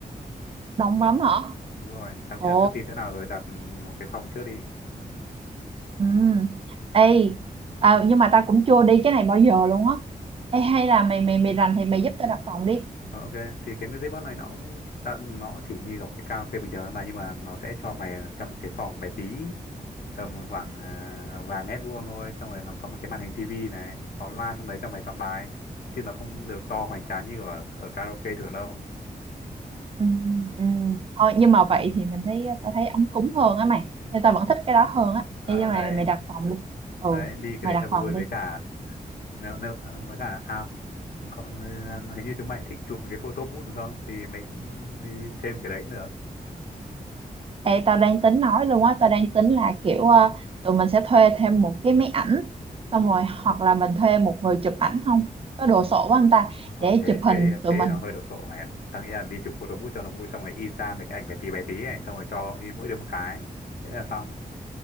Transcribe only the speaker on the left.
đúng rồi tao nghĩ
là cứ tìm chỗ nào rồi đặt một cái phòng trước đi
Ờ, ok thì cái music box này nó cũng- tao nó cũng chỉ như kiểu cái karaoke bình thường thôi mà nhưng mà nó sẽ cho mày trong một cái phòng bé tí tầm khoảng ờ, vài mét vuông thôi xong rồi nó có một cái màn hình tivi này có loa trong đấy cho mày chọn bài chứ nó không được to hoành tráng như ở, ở karaoke thường đâu
ờ
đấy
đấy đi cái
đấy
cho vui
với
cả nếu, nếu, với cả à có, ờ, hình như chúng mày cũng thích chụp một cái photo booth đúng không thì mình cũng đi thêm cái đấy cũng được
thôi
thế
thế thì thế
thì
nó hơi đồ sộ mày ạ tao nghĩ là đi chụp photo booth cho nó vui xong rồi in ra mấy cái ảnh bé tí bé tí này xong rồi cho in mỗi đứa một cái thế là xong